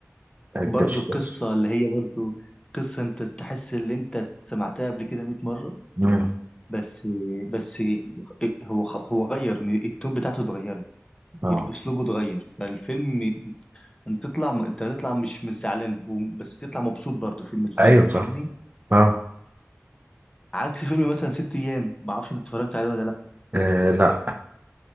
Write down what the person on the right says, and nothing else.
الدشاش
مم.
اه
ايوه صح
اه
آه، لا